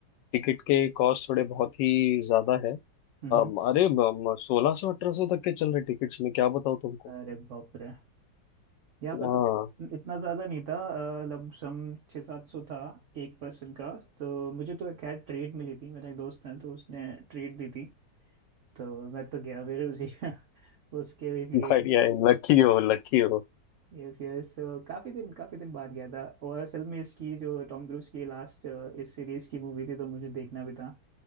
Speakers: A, on the left; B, on the right.
A: टिकट के कॉस्ट थोड़े बहुत ही ज्यादा है
B: हम्म
A: अम, अरे सोलह सौ अठारह सौ तक के चल रहे टिकट्स में क्या बताऊँ तुमको
B: अरे बाप रे यहाँ पे
A: हाँ
B: तो इतना ज्यादा नहीं था अ, लमसम छः सात सौ था एक पर्सन का तो मुझे तो खैर ट्रेड मिली थी मेरा एक दोस्त है तो उसने ट्रेड दी थी तो मैं तो गया फिर उसी <laughs> उसके लिए
A: बढ़िया है लकी हो लकी हो
B: यस यस तो काफी दिन काफी दिन बाद गया था और असल में इसकी जो टॉम क्रूज की लास्ट इस सीरीज की मूवी थी तो मुझे देखना भी था